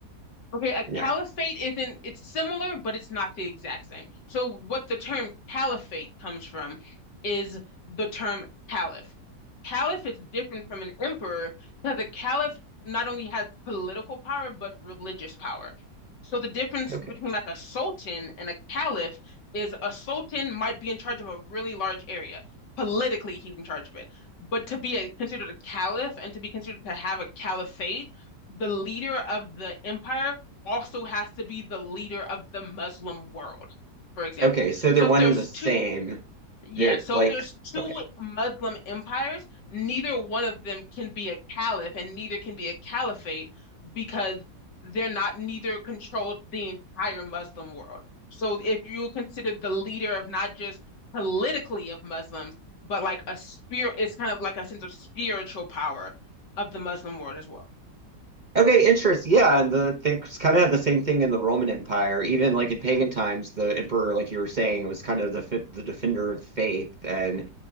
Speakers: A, on the left; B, on the right.
A: Okay, a
B: no?
A: caliphate isn't, it's similar, but it's not the exact same. So, what the term caliphate comes from is the term caliph. Caliph is different from an emperor because a caliph not only has political power, but religious power. So, the difference
B: Okay,
A: between like a sultan and a caliph is a sultan might be in charge of a really large area. Politically, he's in charge of it. But to be a, considered a caliph and to be considered to have a caliphate, the leader of the empire also has to be the leader of the Muslim world, for example.
B: okay. So they're
A: So
B: one
A: if there's
B: and the same.
A: two, yeah,
B: They're
A: so
B: like
A: if there's two
B: okay.
A: Muslim empires, neither one of them can be a caliph and neither can be a caliphate because they're not, neither controls the entire Muslim world. So if you consider the leader of not just politically of Muslims, but like a spirit, it's kind of like a sense of spiritual power of the Muslim world as well.
B: Okay, interest. Yeah, and the they kind of had the same thing in the Roman Empire. Even like in pagan times, the emperor, like you were saying, was kind of the fi- the defender of faith, and